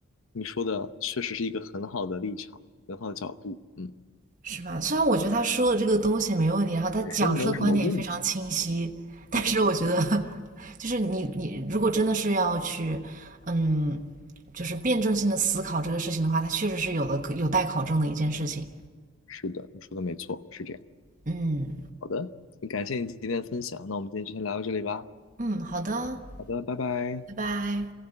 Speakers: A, on the left; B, on the right.
A: 你说的确实是一个很好的立场，很好的角度。嗯，
B: 是吧？虽然我觉得他说的这个东西没问题，然后他讲述的观点也非常清晰，
A: 本身没有什么问题。
B: 但是我觉得，
A: 是的，
B: 就是你你如果真的是要去，嗯，就是辩证性的思考这个事情的话，它确实是有的有待考证的一件事情。
A: 是的，你说的没错，是这样。
B: 嗯
A: 好的，感谢你今天的分享，那我们今天就先聊到这里吧。
B: 嗯，好的，
A: 好的，拜拜。
B: 拜拜。